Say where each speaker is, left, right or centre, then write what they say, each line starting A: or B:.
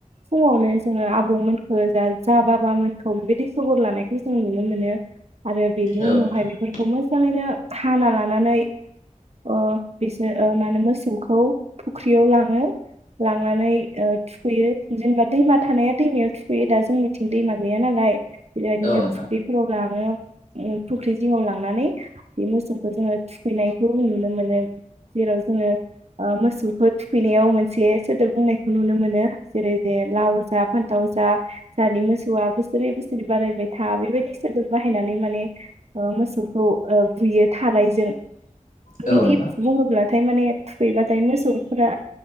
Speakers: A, on the right (about 50°); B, on the left (about 80°).
A: फुङावनो जोङो आबौमोनखौ जोंहा जा बाबामोनखौ बेबायदि खबर लानायखौ जों नुनो मोनो। आरो बेनि
B: औ
A: उनावहाय बेफोरखौ मोजाङैनो हाना लानानै ओ बिसोर मा होनो मोसौखौ फुख्रियाव लाङो लांनानै ओ थु खैयो जेनेबा दैमा थानाया दैमायाव थुखैयो दा जोंनिथिं दैमा गैया नालाय बिदिनो
B: नोंथां
A: फ प्रग <unintelligible> फुख्रि जिङाव लांनानै बे मोसौ जोङो थुखैनायखौ नुनो मोनो जेराव जोङो ओ मोसौखौ थुखैनायाव मोनसे सोदोब बुंनायखौ नुनो मोनो जेरै जे लाव जा फानथाव जा जाहानि मोसौआ बोसोरै बोसोरै बारायबाय था बेबायदि सोदोब बाहायनानै माने मोसौखौ बुयो थानायजों
B: औ
A: बिदि
B: नोंथां औ नोंथां
A: बुंङोब्ला हाथाय माने थुखैबाथाय मोसौफोरा